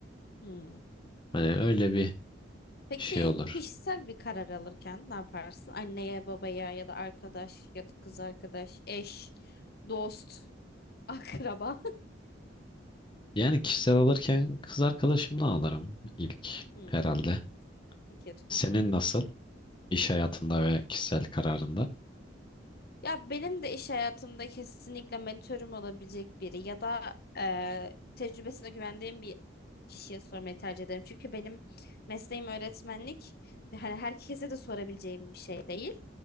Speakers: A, on the left; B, on the left.
A: Hmm.
B: Hani öyle bir
A: Peki
B: şey olur.
A: kişisel bir karar alırken ne yaparsın? Anneye, babaya ya da arkadaş ya da kız arkadaş, eş, dost. Akraba. <laughs>
B: Yani kişisel alırken kız arkadaşımla alırım ilk
A: Hmm,
B: herhalde.
A: fikir.
B: Senin
A: Hı hı.
B: nasıl iş hayatında ve kişisel kararında?
A: Ya benim de iş hayatımda kesinlikle mentörüm olabilecek biri ya da e, tecrübesine güvendiğim bir kişiye sormayı tercih ederim. Çünkü benim mesleğim öğretmenlik. Hani herkese de sorabileceğim bir şey değil.